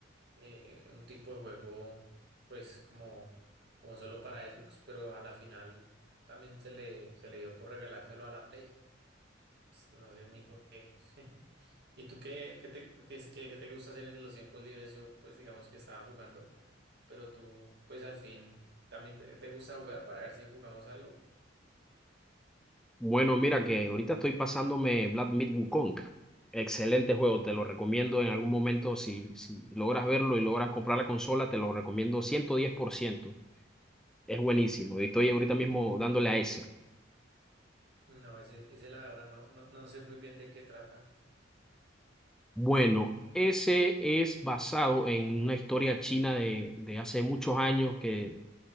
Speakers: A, on the right; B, in the centre.
A: eh, un tipo de juego, pues como, como solo para Xbox, pero a la final también se le, se le dio por regalárselo a la Play. Pues, no sé ni por qué. <laughs> ¿Y tú qué, qué te, qué es- qué- qué te gusta hacer en los tiempos libres? Yo, pues digamos que estaba jugando, pero tú, pues al fin, también te, te gusta jugar para ver si jugamos algo.
B: Bueno, mira que ahorita estoy pasándome Black Myth Wukong. Excelente juego, te lo recomiendo en algún momento. Si, si logras verlo y logras comprar la consola, te lo recomiendo ciento diez por ciento, Es buenísimo. Y estoy ahorita mismo dándole a ese.
A: No, ese, ese la verdad no, no, no sé muy bien de qué trata.
B: Bueno, ese es basado en una historia china de, de hace muchos años que,